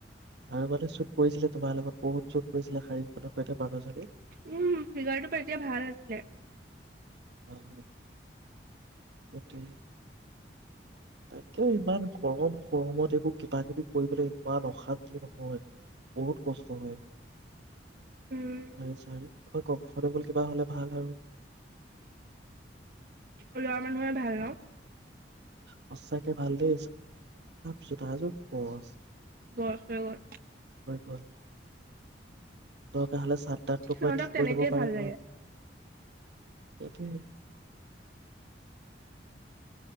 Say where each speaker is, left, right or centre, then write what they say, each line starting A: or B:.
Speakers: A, on the right; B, on the right.
A: আৰু মানে চুপ কৰিছিলে তোমাৰ লগত বহুত চোত কৰিছিলে শাৰীখনৰ সৈতে মানুহজনী
B: উম ফিগাৰটো তেতিয়া ভাল আছিলে
A: অহ সেইটোৱে তাকে ইমান গৰম গৰমত এইবোৰ কিবা কিবি কৰিবলে ইমান অশান্তি নহয় বহুত কষ্ট হয়
B: উম
A: চাৰ কিবা কমফৰ্টেবল কিবা হ'লে ভাল আৰু
B: ওলোৱা মানুহে ভাল ন
A: সঁচাকে ভাল দে <unintelligible> <unintelligible>
B: বয়স হৈ গ'ল
A: হৈ গ'ল দৰকাৰ হ'লে <unintelligible>
B: সিহঁতক
A: ঠিক
B: তেনেকেই
A: কৰি ল'ব পাৰে‌
B: ভাল লাগে
A: <unintelligible> সেইটোৱে।